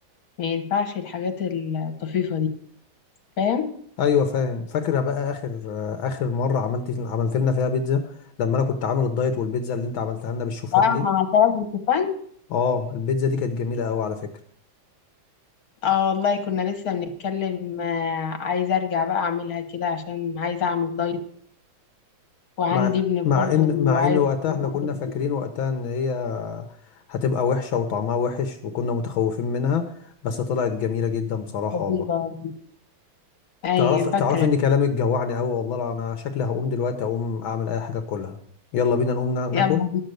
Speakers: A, on the left; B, on the left.
A: ما ينفعش الحاجات الطفيفة دي فاهم
B: ايوه فاهم فاكره بقى اخر اخر مره عملت عملت لنا فيها بيتزا لما انا كنت عامل الدايت والبيتزا اللي انت عملتها لنا بالشوفان
A: اه
B: دي
A: ما طلب الشوفان
B: اه البيتزا دي كانت جميله قوي على فكره
A: اه والله كنا لسه بنتكلم آه، عايزة ارجع بقى اعملها كده عشان عايزة اعمل دايت وعندي
B: مع
A: ابن
B: مع
A: برضه
B: ان مع
A: وعايز
B: ان وقتها
A: يعمل
B: احنا كنا
A: حاجات
B: فاكرين وقتها ان هي هتبقى وحشه وطعمها وحش وكنا متخوفين منها بس طلعت جميله جدا بصراحه والله
A: جديدة. اي
B: تعرف تعرف
A: فاكرة
B: ان كلامك جوعني قوي والله لا انا شكلي هقوم دلوقتي اقوم اعمل اي حاجه كلها يلا بينا نقوم نا- ناكل
A: يلا